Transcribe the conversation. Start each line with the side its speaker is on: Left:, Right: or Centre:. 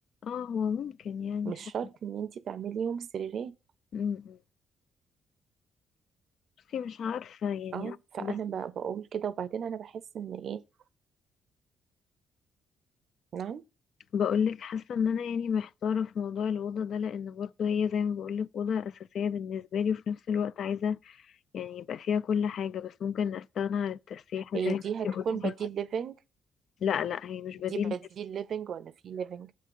Left: اه هو ممكن يعني
Right: مش
Left: فعلا
Right: شرط ان انت تعمليهم سريرين
Left: م- م. بصي مش عارفه يعني
Right: اه فانا
Left: بس
Right: ب- بقول كده وبعدين انا بحس ان ايه نعم
Left: بقول لك حاسه ان انا يعني محتاره في موضوع الاوضه ده لان برضو هي زي ما بقول لك اوضه اساسيه بالنسبه لي وفي نفس الوقت عايزه يعني يبقى فيها كل حاجة بس ممكن استغنى عن التسريحة
Right: هي
Left: زي ما
Right: دي
Left: انتي
Right: هتكون
Left: قلتي
Right: بديل ليفنج
Left: لا لا هي مش بديل
Right: دي بديل
Left: ليفينج.
Right: ليفنج ولا في ليفنج